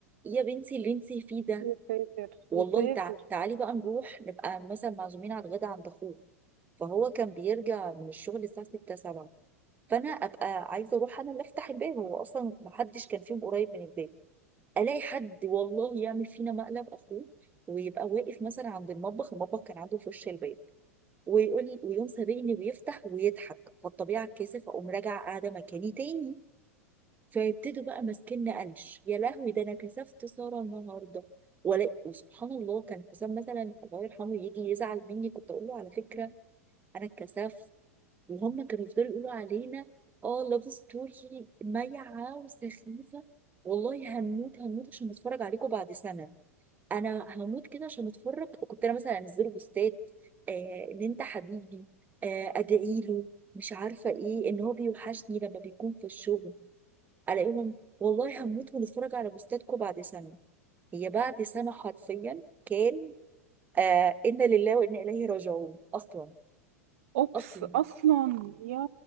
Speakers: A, on the right; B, on the right.
A: إيه يا بنتي اللي انتي فيه ده
B: يا ساتر
A: والله
B: يا ساتر
A: تع... تعالي بقى نروح نبقى مثلا معزومين على الغدا عند اخوه فهو كان بيرجع من الشغل الساعه 6 7 فانا ابقى عايزه اروح انا اللي افتح الباب هو اصلا ما حدش كان فيهم قريب من الباب الاقي حد والله يعمل فينا مقلب اخوه ويبقى واقف مثلا عند المطبخ المطبخ كان عنده في وش الباب ويقول ويقوم سابقني ويفتح ويضحك فالطبيعه الكاسف اقوم راجعه قاعده مكاني تاني فيبتدوا بقى ماسكيننا قلش يا لهوي ده انا كسفت ساره النهارده ولا وسبحان الله كان حسام مثلا الله يرحمه يجي يزعل مني كنت اقول له على فكره انا اتكسفت وهم كانوا يفضلوا يقولوا علينا اه لاف ستوري مايعه وسخيفه والله هموت هموت عشان اتفرج عليكم بعد سنه انا هموت كده عشان اتفرج كنت انا مثلا انزله بوستات آه ان انت حبيبي آه ادعي له مش عارفه ايه ان هو بيوحشني لما بيكون في الشغل الاقيهم والله هموت ونتفرج على بوستاتكم بعد سنه هي بعد سنه حرفيا كان آه انا لله وانا اليه راجعون اصلا
B: اوبس
A: اصلا
B: اصلا يا